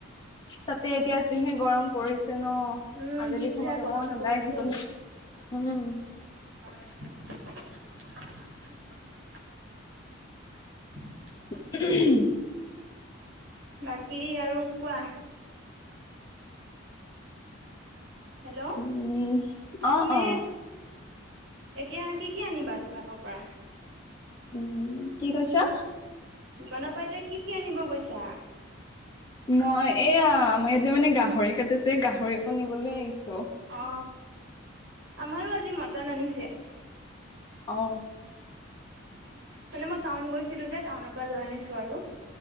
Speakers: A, on the left; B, on the right.
A: তাতে এতিয়া যিহে গৰম পৰিছে নহ।
B: উম
A: আবেলি
B: যিটোহে
A: সময়ত
B: গৰম
A: অকমান ওলাই
B: পৰিছে
A: আহিবলৈ উম।
B: <unintelligible> <unintelligible>
A: <unintelligible>
B: বাকী আৰু কোৱা। হেল্ল'
A: উম অ
B: তুমি।
A: অ
B: এতিয়া কি, কি আনিবা দোকানৰ পৰা।
A: উম কি কৈছা।
B: দোকানৰ পৰা এতিয়া কি, কি আনিব গৈছা।
A: মই এয়া আমাৰ ইয়াতে মানে গাহৰি কাটে যে গাহৰি অকন নিবলৈ আহিছোঁ।
B: অ আমাৰো আজি মটন আনিছে।
A: অ।
B: মানে মই টাউন গৈছিলোঁ যে টাউনৰ পৰা লৈ আনিছো আৰু।